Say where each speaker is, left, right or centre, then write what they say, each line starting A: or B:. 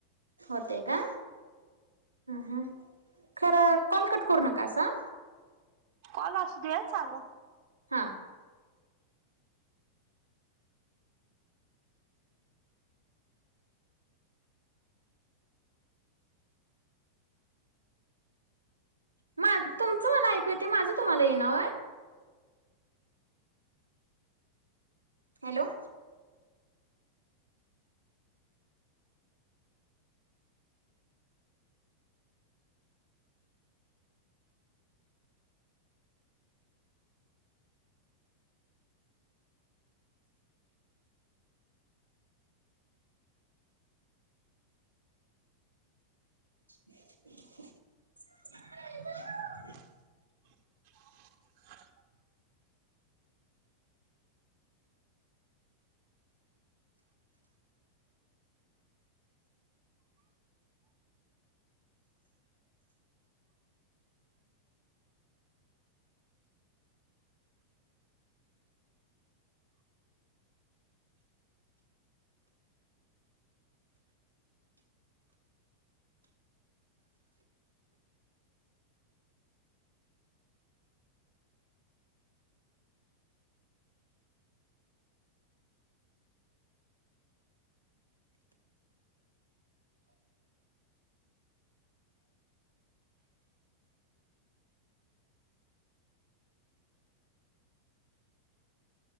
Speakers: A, on the right; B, on the right.
A: होते का ह खरं कॉलकट करू नका असा.
B: कॉल असू दे चालू.
A: हा मा तुमचं मला ऐकू येत ते माझं तुम्हाला ये नाय. हॅलो. <unintelligible>
B: <unintelligible>